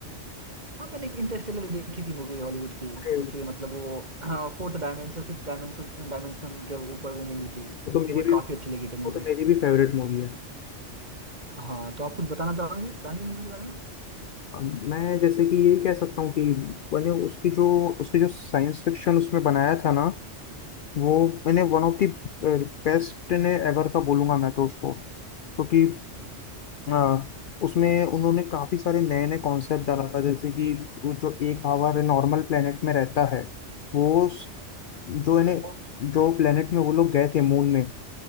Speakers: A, on the right; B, on the left.
A: हाँ मैंने एक इंटरस्टेलर देखी थी मूवी हॉलीवुड की
B: हो
A: जो कि मतलब वो हाँ, fourth dimension fifth dimension dimension के ऊपर वो मूवी थी
B: वो
A: जो
B: तो मेरी
A: मूवी
B: भी
A: काफी अच्छी लगी थी
B: वो
A: मूवी
B: तो मेरी भी फेवरेट मूवी है
A: हाँ तो आप कुछ बताना चाहोगे चाहेंगे मूवी के बारे में
B: अम, मैं जैसे कि यही कह सकता हूँ कि मैंने उसकी जो उसकी जो साइंस फिक्शन उसमें बनाया था ना वो मैंने वन ऑफ द बेस्ट ने एवर का बोलूंगा मैं तो उसको क्योंकि अ, उसमें उन्होंने काफी सारे नए नए कॉन्सेप्ट डाला था जैसे कि वो जो एक आवर नॉर्मल प्लेनेट में रहता है वो उस- जो इन्हें
A: Thanos,
B: जो प्लेनेट में वो लोग गए थे मून में